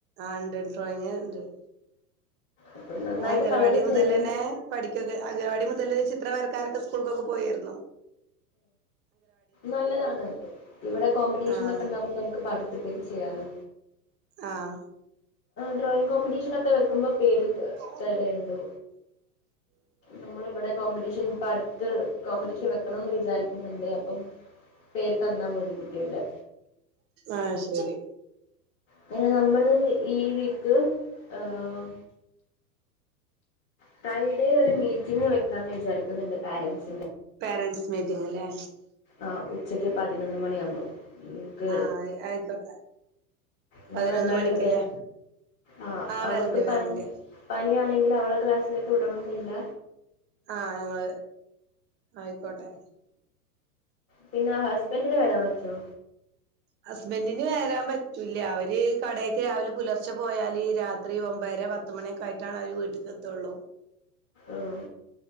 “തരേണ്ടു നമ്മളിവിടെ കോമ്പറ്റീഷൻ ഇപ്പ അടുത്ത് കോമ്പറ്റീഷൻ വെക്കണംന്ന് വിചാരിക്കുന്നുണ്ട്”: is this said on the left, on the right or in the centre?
Left